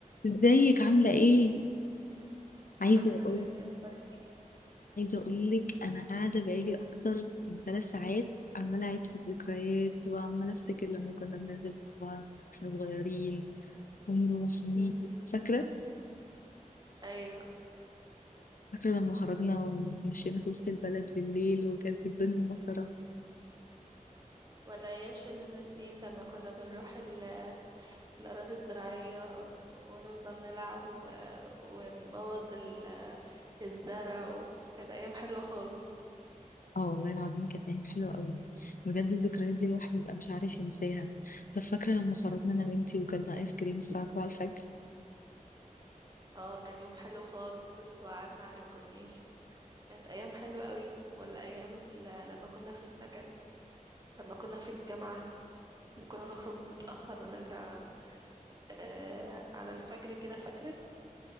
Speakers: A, on the left (about 80°); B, on the right (about 30°).
A: ازيك عاملة ايه؟
B: الحمد
A: عايزة اقول
B: لله انتي اخبارك ايه
A: عايزة اقولك انا قاعدة بقالي اكتر من ثلاث ساعات عمالة اعيد في الذكريات وعمالة افتكر لما كنا بننزل مع بعض واحنا صغيرين ونروح ونيجي
B: مم.
A: فاكرة؟
B: ايوه
A: فاكرة لما خرجنا ومشينا في وسط البلد بالليل وكانت الدنيا مطرة
B: ولا ايام شم ستيم لما كنا بنروح ال- الاراضي الزراعيه ونفضل نلعب و... ونبوظ ال... الزرع و... كانت ايام حلوه خالص
A: اه والله العظيم كانت ايام حلوة قوي بجد الذكريات دي الواحد بيبقى مش عارف ينساها طب فاكرة لما خرجنا انا وانتي وكلنا ايس كريم الساعة 4 الفجر؟
B: اه كان يوم حلو خالص وقعدنا على الكورنيش كانت ايام حلوه قوي ولا ايام ال... لما كنا في السكن لما كنا في الجامعه لما كنا نخرج متاخر ونرجع آه... على الفجر كده فاكره